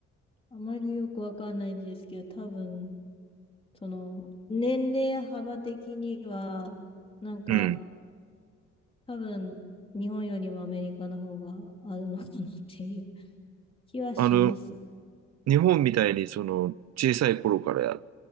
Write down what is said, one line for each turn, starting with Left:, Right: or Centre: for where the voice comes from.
Left: あまりよくわかんないですけど、多分、その、年齢幅的には、なんか、
Right: うん。
Left: 多分、日本よりもアメリカの方があるのかなっていう気はします。
Right: あの、日本みたいにその、小さい頃から